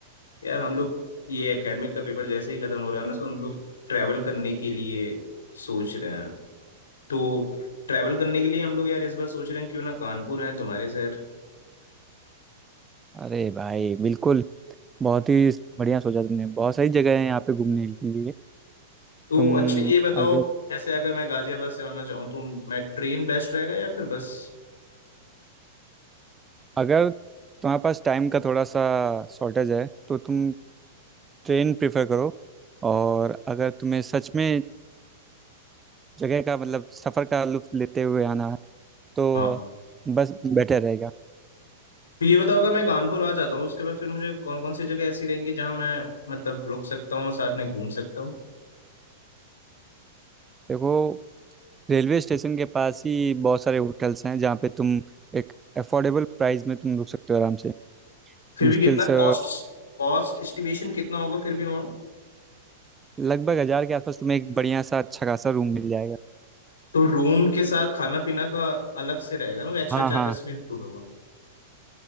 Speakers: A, on the left (about 70°); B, on the right (about 15°).
A: यार हम लोग ये एकेडमिक का पेपर जैसे ही खत्म हो रहा है ना तो हम लोग ट्रैवल करने के लिए सोच रहे हैं तो ट्रैवल करने के लिए हम लोग यार इस बार सोच रहे हैं क्यों ना कानपुर आए तुम्हारे शहर
B: अरे भाई बिल्कुल बहुत ही बढ़िया सोचा तुमने बहुत सारी जगह है यहाँ पे घूमने के लिए
A: तो
B: तुम
A: अच्छा ये बताओ
B: अगर
A: जैसे अगर मैं गाजियाबाद से आना चाहूँ तो मैं ट्रेन बेस्ट रहेगा या फिर बस
B: अगर तुम्हारे पास टाइम का थोड़ा सा शॉर्टेज है तो तुम ट्रेन प्रेफर करो और अगर तुम्हें सच में जगह का मतलब सफ़र का लुत्फ लेते हुए आना है तो
A: हाँ।
B: बस बेटर रहेगा
A: तो ये बताओ अगर मैं कानपुर आ जाता हूँ उसके बाद फिर मुझे कौन कौन सी जगह ऐसी रहेंगी जहाँ मैं मतलब रुक सकता हूँ साथ में घूम सकता हूँ
B: देखो रेलवे स्टेशन के पास ही बहुत सारे होटल्स हैं जहाँ पे तुम एक अफोर्डेबल प्राइस में तुम रुक सकते हो आराम से
A: फिर
B: मुश्किल
A: भी कितना
B: से
A: कॉस्ट कॉस्ट एस्टिमेशन कितना होगा फिर भी वहाँ
B: लगभग हज़ार के आसपास तुम्हें एक बढ़िया सा अच्छा खासा रूम मिल जाएगा
A: तो रूम के साथ खाना पीना का अलग से रहेगा ना वो एक्स्ट्रा
B: हाँ
A: चार्जेस
B: हाँ
A: में इंक्लूड होगा